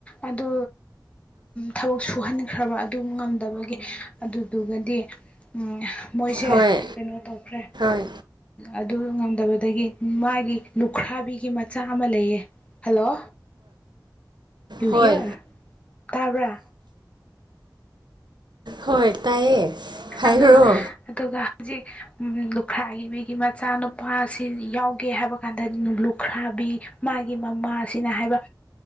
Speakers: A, on the left; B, on the right.
A: ꯑꯗꯨ ꯊꯕꯛ ꯁꯨꯍꯟꯈ꯭ꯔꯕ ꯑꯗꯨ ꯉꯝꯗꯕꯒꯤ ꯑꯗꯨꯗꯨꯒꯗꯤ ꯎꯝ ꯃꯣꯏꯁꯦ
B: ꯍꯣꯏ
A: ꯀꯩꯅꯣ ꯇꯧꯈ꯭ꯔꯦ
B: ꯍꯣꯏ
A: ꯑꯗꯨ ꯉꯝꯗꯕꯗꯒꯤ ꯃꯥꯒꯤ ꯂꯨꯈ꯭ꯔꯥꯕꯤꯒꯤ ꯃꯆꯥ ꯑꯃ ꯂꯩꯌꯦ ꯍꯜꯂꯣ ꯇꯨꯍꯤꯌꯥꯔ
B: ꯍꯣꯏ
A: ꯇꯥꯕ꯭ꯔꯥ
B: ꯍꯣꯏ ꯇꯥꯏꯌꯦ ꯍꯥꯏꯔꯣ
A: ꯑꯗ ꯑꯗꯨꯒꯖꯤ ꯂꯨꯈ꯭ꯔꯥꯕꯤꯒꯤ ꯃꯤꯒꯤ ꯃꯆꯥꯅꯨꯄꯥꯁꯤ ꯌꯥꯎꯒꯦ ꯍꯥꯏꯕ ꯀꯥꯟꯗ ꯂꯨꯈ꯭ꯔꯥꯕꯤ ꯃꯥꯒꯤ ꯃꯃꯥꯁꯤꯅ ꯍꯥꯏꯕ